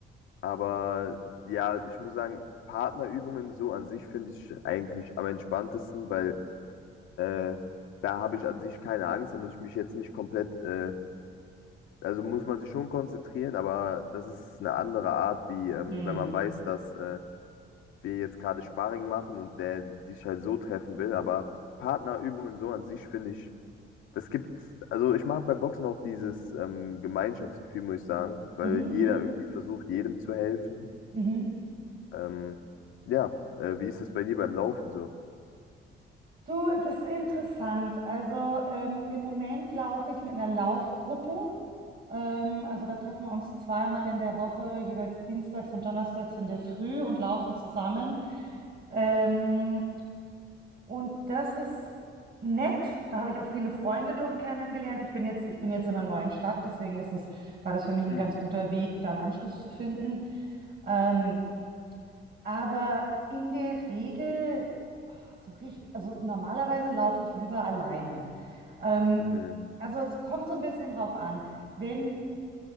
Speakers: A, on the left; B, on the right.
A: aber ja, ich muss sagen, Partnerübungen so an sich finde ich eigentlich am entspanntesten, weil äh, da habe ich an sich keine Angst. Da muss ich mich jetzt nicht komplett, äh, also muss man sich schon konzentrieren, aber das ist eine andere Art, wie ähm,
B: Hm.
A: wenn man weiß, dass. Äh, wir jetzt gerade Sparring machen und der dich halt so treffen will. Aber Partnerübungen so an sich finde ich, das gibt, also ich mag bei Boxen auch dieses ähm, Gemeinschaftsgefühl, muss ich sagen, weil
B: Mhm,
A: jeder
B: mhm,
A: irgendwie versucht, jedem zu helfen.
B: mhm.
A: Ähm, ja, äh, wie ist das bei dir beim Laufen so?
B: Du, das ist interessant. Also ähm, im Moment laufe ich mit einer Laufgruppe. Ähm, also da treffen wir uns zweimal in der Woche, jeweils dienstags und donnerstags in der Früh und laufen zusammen. Ähm, und das ist nett. Da habe ich auch viele Freunde durch kennengelernt. Ich bin jetzt, ich bin jetzt in einer neuen Stadt, deswegen ist es, war das für mich ein
A: Hm.
B: ganz guter Weg, da einen Anschluss zu finden. Ähm, Aber in der Regel, ah, so richtig, also normalerweise laufe ich lieber alleine. Ähm,
A: Mhm.
B: also es kommt so ein bisschen drauf an. Wenn